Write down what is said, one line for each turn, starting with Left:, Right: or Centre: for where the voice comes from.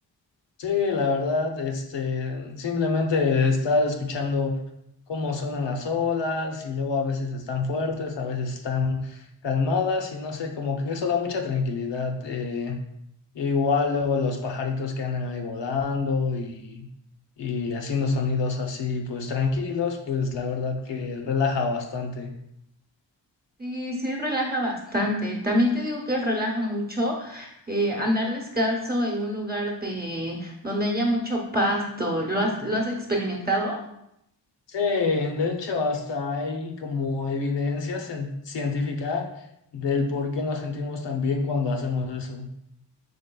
Left: Sí, la verdad, este, simplemente estar escuchando cómo suenan las olas y luego a veces están fuertes, a veces están calmadas y no sé, como que eso da mucha tranquilidad. eh, igual luego los pajaritos que andan ahí volando y, y haciendo sonidos así, pues tranquilos, pues la verdad que relaja bastante.
Right: Sí, sí, relaja bastante. También te digo que relaja mucho eh, andar descalzo en un lugar de donde haya mucho pasto. ¿Lo has, lo has experimentado?
Left: Sí, de hecho hasta hay como evidencia cien- científica del por qué nos sentimos tan bien cuando hacemos eso.